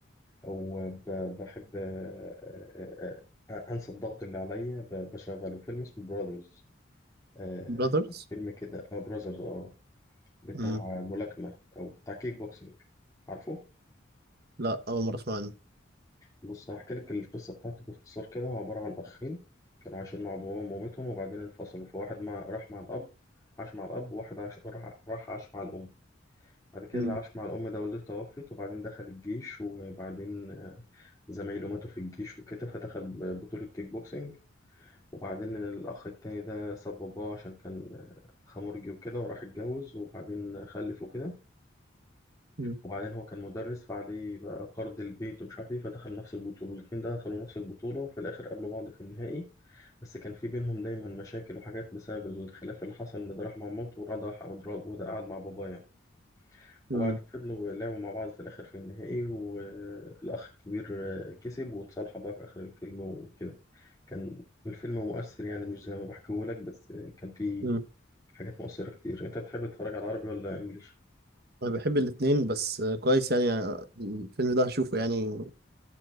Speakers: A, on the left; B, on the right.
A: او ب- بحب آه آه آه انسى الضغط اللي عليا ب- بشغله فيلم اسمه براذرز آه
B: براذرز
A: فيلم كده اه براذرز اه Brothers، آه، بتاع
B: امم
A: ملاكمه او بتاع كيك بوكسينج عارفه
B: لا اول مره اسمع عنه
A: بص هحكي لك القصة بتاعته باختصار كده هو عبارة عن أخين كانوا عايشين مع باباهم ومامتهم وبعدين انفصلوا فواحد مع راح مع الأب عاش مع الأب وواحد عاش راح راح عاش مع الأم بعد كده
B: امم
A: اللي عاش مع الأم ده والدته توفت وبعدين دخل الجيش وبعدين آه، زمايله ماتوا في الجيش وكده فدخل ب- بطولة كيك بوكسينج وبعدين الأخ التاني ده ساب باباه عشان كان آه، خمرجي وكده وراح اتجوز وبعدين خلف وكده
B: امم
A: وبعدين هو كان مدرس فعليه بقى قرض البيت ومش عارف ايه فدخل نفس البطولة الاتنين ده دخلوا نفس البطولة وفي الآخر قابلوا بعض في النهائي بس كان في بينهم دايما مشاكل وحاجات بسبب الخلاف اللي حصل إن ده راح مع مامته وده راح وده قعد مع باباه يعني وبعدين
B: امم
A: فضلوا لعبوا مع بعض في الآخر في النهائي والأخ الكبير كسب واتصالحوا بقى في آخر الفيلم وكده كان الفيلم مؤثر يعني مش زي ما بحكيهولك بس كان فيه
B: امم
A: حاجات مؤثرة كتير أنت بتحب تتفرج على عربي ولا إنجليش؟
B: انا بحب الاتنين بس آه، كويس يعني آه، الفيلم ده هشوفه يعني